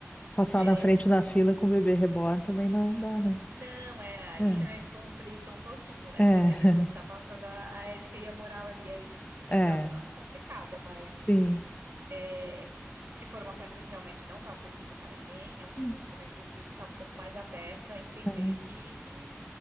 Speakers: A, on the left (about 25°); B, on the right (about 60°).
A: Passar
B: é,
A: na frente da fila com o bebê reborn também não dá, né?
B: não, é, aí,
A: É,
B: <laughs> aí complica um pouquinho, né?
A: é,
B: Porque daí a gente tá passando a, a ética e a moral ali, aí
A: <laughs>
B: já
A: é,
B: dá uma complicada, mas.
A: sim.
B: É, se for uma coisa que realmente não vá prejudicar ninguém, acho que
A: Hum.
B: a gente também precisa estar um pouco mais aberto a entender
A: É.
B: que